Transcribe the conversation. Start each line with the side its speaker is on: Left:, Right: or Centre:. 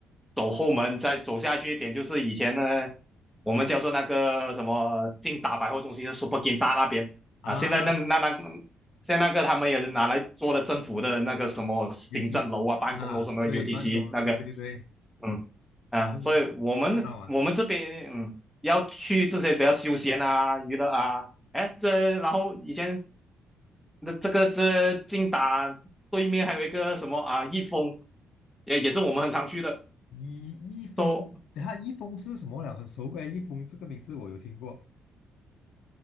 Centre: 走后门，再走下去一点，就是以前呢我们叫做那个什么劲达百货中心的 Super Ginta 那边啊，
Left: 啊
Centre: 现在那那那现在那个他们也是拿来做了政府的那个什么行政楼啊、
Left: ，UTC
Centre: 办公楼什么的
Left: 啊，对，
Centre: UTC
Left: 办公，
Centre: 那个，
Left: 对对对，
Centre: 嗯。啊，
Left: 然后看到啊，
Centre: 所以我们我们这边，嗯，要去这些比较休闲啊、娱乐啊，哎，这然后以前的这个这近达对面还有一个什么啊，益丰，也也是我们很常去的，
Left: 一一封，
Centre: 说
Left: 等下一封是什么了？很熟诶，一封这个名字我有听过。